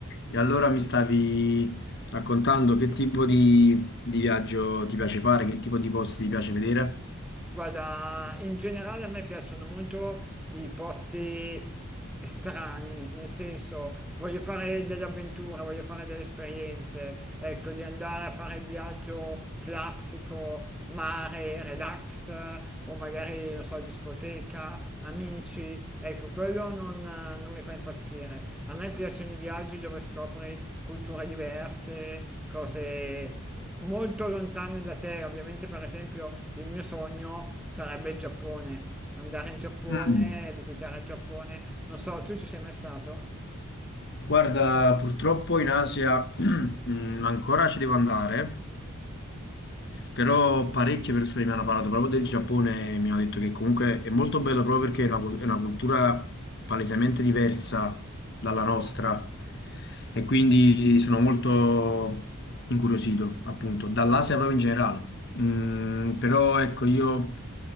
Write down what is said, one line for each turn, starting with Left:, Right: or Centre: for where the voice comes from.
Left: E allora mi stavi raccontando che tipo di, di viaggio ti piace fare, che tipo di posti ti piace vedere?
Centre: Guarda, in generale a me piacciono molto i posti strani, nel senso voglio fare delle avventure, voglio fare delle esperienze, ecco, di andare a fare il viaggio classico, mare, relax, o magari, non so, discoteca, amici, ecco, quello non, non mi fa impazzire. A me piacciono i viaggi dove scopri culture diverse, cose molto lontane da te, ovviamente per esempio il mio sogno sarebbe il Giappone, andare in Giappone,
Left: Mm,
Centre: visitare il Giappone, non so, tu ci sei mai stato?
Left: Guarda, purtroppo in Asia <clears throat> mm, ancora ci devo andare, Però parecchie persone mi hanno parlato proprio del Giappone e mi hanno detto che comunque è molto bello proprio perché è una, cul- è una cultura palesemente diversa dalla nostra e quindi sono molto incuriosito appunto dall'Asia proprio in generale. Mm, però ecco io